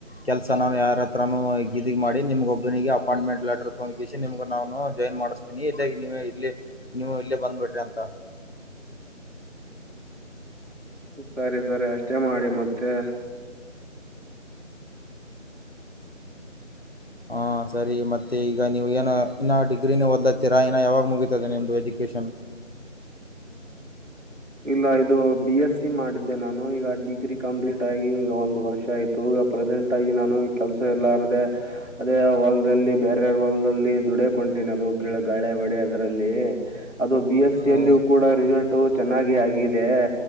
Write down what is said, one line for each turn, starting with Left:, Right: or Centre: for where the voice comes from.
Left: ಕೆಲಸ ನಾನು ಯಾರ ಹತ್ರನೂ ಇದಿಗೆ ಮಾಡಿ ನಿಮ್ಗೊಬ್ಬನಿಗೆ ಅಪಾಯಿಂಟ್ಮೆಂಟ್ ಲೆಟರ್ ತೊಂದಕಿಸಿ ನಿಮ್ಗೆ ನಾನು ಜಾಯಿನ್ ಮಾಡಿಸ್ತೀನಿ ಇಲ್ಲಗೆ ನೀವ ಇಲ್ಲಿ ನೀವು ಇಲ್ಲೇ ಬಂದ್ಬಿಡ್ರಿ ಅಂತ.
Right: ಸರಿ ಸರಿ ಅಷ್ಟೇ ಮಾಡಿ ಮತ್ತೆ.
Left: ಹಾ ಸರಿ ಮತ್ತೆ ಈಗ ನೀವು ಏನ ಇನ್ನ ಡಿಗ್ರಿನ ಓದ್ಲತ್ತೀರಾ ಇನ್ನ ಯಾವಾಗ ಮುಗತದೆ ನಿಮ್ದು ಎಜುಕೇಶನ್.
Right: ಇಲ್ಲ ಇದು ಬಿ ಎಸ್ ಸಿ ಮಾಡಿದ್ದೆ ನಾನು ಈಗ ಡಿಗ್ರಿ ಕಂಪ್ಲೀಟ್ ಆಗಿ ಈಗ ಒಂದ್ ವರ್ಷ ಆಯ್ತು ಈಗ ಪ್ರೆಸೆಂಟ್ ಆಗಿ ನಾನು ಕೆಲ್ಸ ಎಲ್ಲಾರದೆ ಅದೇ ವಲ್ಲ್ಲಿ ಬೇರೆ ವಲ್ಲ್ಲಿ ದುಡಕಂತೀನಿ ಅದು ಗಿ ಗಾಳೆ ಒಡೆ ಅದರಲ್ಲಿ ಅದು ಬಿ ಎಸ್ಸ
Left: ಓ
Right: ಅಲ್ಲಿ ಕೂಡ ರಿಸಲ್ಟ್. ಚೆನ್ನಾಗಿ ಆಗಿದೆ